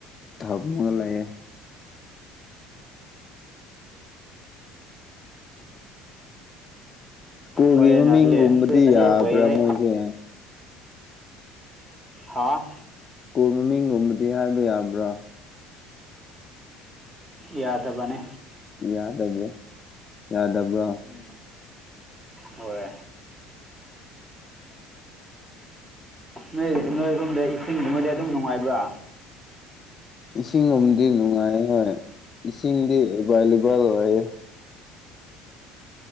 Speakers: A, on the left; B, on the right.
A: ꯊꯝꯃꯒ ꯂꯩꯌꯦ ꯁ꯭ꯀꯨꯜꯒꯤ
B: ꯐꯔꯦꯅ
A: ꯃꯃꯤꯡꯒꯨꯝꯕꯗꯤ
B: ꯑꯗꯨꯗꯤ ꯑꯗꯨꯅ ꯕꯦꯁ
A: ꯌꯥꯕ꯭ꯔꯥ
B: ꯑꯣꯏꯍꯦ
A: ꯃꯣꯏꯁꯦ
B: ꯍꯥ
A: ꯏꯁ꯭ꯀꯣꯜ ꯃꯃꯤꯡꯒꯨꯝꯕꯗꯤ ꯍꯥꯏꯕ ꯌꯥꯕ꯭ꯔꯥ
B: ꯌꯥꯗꯕꯅꯦ
A: ꯌꯥꯗꯕ꯭ꯔꯣ ꯌꯥꯗꯕ꯭ꯔꯣ
B: ꯎꯝ ꯍꯣꯏ ꯅꯣꯏ ꯅꯣꯏꯔꫭꯝꯗ ꯏꯁꯤꯡꯗꯨꯃꯗꯤ ꯑꯗꯨꯝ ꯅꯨꯡꯉꯥꯏꯕ꯭ꯔꯥ
A: ꯏꯁꯤꯡꯒꯨꯝꯗꯤ ꯅꯨꯡꯉꯥꯏ ꯍꯣꯏ ꯏꯁꯤꯡꯗꯤ ꯑꯦꯚꯏꯂꯦꯕꯜ ꯑꯣꯏꯌꯦ